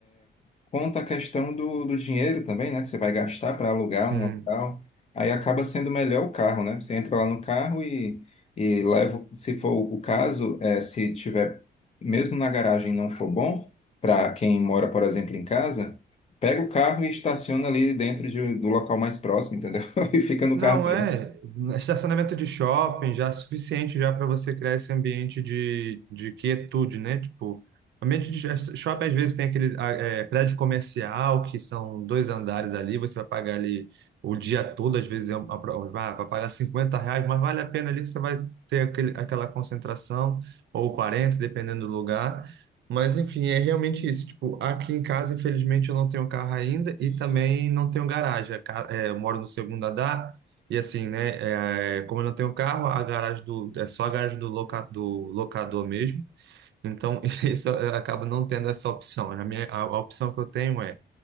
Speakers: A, on the left (about 35°); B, on the right (about 80°).
A: Conta a questão do, do dinheiro também, né? Que você vai gastar para alugar
B: Sim.
A: um local. Aí acaba sendo melhor o carro, né? Você entra lá no carro e, e leva, se for o caso, é, se tiver, mesmo na garagem não for bom, para quem mora, por exemplo, em casa, pega o carro e estaciona ali dentro de- do local mais próximo, entendeu? <laughs> E fica no
B: Não
A: carro dele.
B: é estacionamento de shopping já é suficiente já para você criar esse ambiente de, de quietude, né? Tipo, ambiente de sh- shopping às vezes tem aquele ah, é, prédio comercial que são dois andares ali, você vai pagar ali o dia todo, às vezes é uma, pro- ah, vai pagar 50 reais, mas vale a pena ali que você vai ter aquele, aquela concentração, ou 40, dependendo do lugar. Mas enfim, é realmente isso. Tipo, aqui em casa, infelizmente, eu não tenho carro ainda e também não tenho garagem. A ca- é, eu moro no segundo andar. E assim, né? é, como eu não tenho carro, a garagem do, é só a garagem do, loca, do locador mesmo. Então, <laughs> isso acaba não tendo essa opção. A minha, a, a opção que eu tenho é